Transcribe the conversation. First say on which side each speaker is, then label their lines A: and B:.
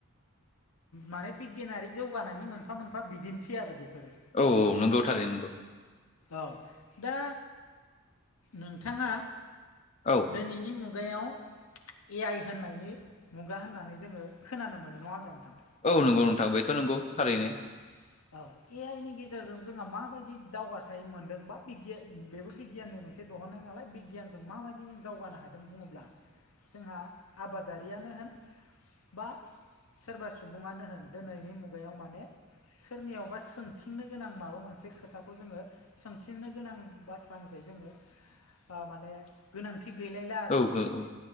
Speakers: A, on the left; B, on the left.
A: माने बिगियानारि जौगानायनि मोनफा मोनफा बिदिन्थि आरो बेफोरो।
B: औ औ नंगौ थारैनो नंगौ।
A: औ दा नोंथाङा
B: औ।
A: दोनैनि मुगायाव ए आइ होननायनि मुगा होननानै जोङो खोनानो मोनो नङा होमब्ला नोंथां?
B: औ नंगौ नोंथां बेथ' नंगौ थारैनो।
A: औ औ ए आइ नि गेजेरजों जोंहा माबायदि दावगा नाय मोनदों बा बिगिया बेबो बिगियाननि मोनसे दहननाय नालाय बिगियानजों माबायदि जों दावगानो हा दों बुंङोब्ला जोंहा आबादारियानो होन बा सोरबा सुबुंङानो होन दिनैनि मुगायाव माने सोरनियावबा सोंथिंनो गोनां माबा मोनसे खोथाखौ जोङो सोंफिननो गोनां बाथ्रानिफ्राय जोङो ओ माने गोनांथि गैलायला आरो
B: औ
A: माने
B: औ